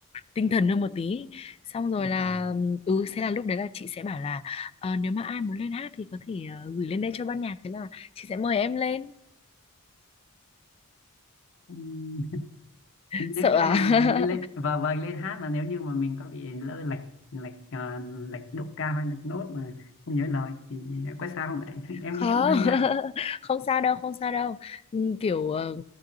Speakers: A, on the left; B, on the left.
A: tinh thần hơn một tí xong rồi là
B: và
A: ừ thế là lúc đấy là chị sẽ bảo là "Ờ, nếu mà ai muốn lên hát thì có thể ờ, gửi lên đây cho ban nhạc thế là chị sẽ mời em lên
B: ừm, nếu
A: sợ
B: như
A: à
B: mà
A: <laughs>
B: lên và vâng lên hát mà nếu như mà mình có bị lỡ lệch lệch à, lệch độ cao hay lệch nốt mà không nhớ lời thì có sao không đấy <laughs> em
A: không
B: nghĩ em cũng hơi
A: <laughs>
B: ngại
A: không sao đâu không sao đâu Ừ, kiểu ờ,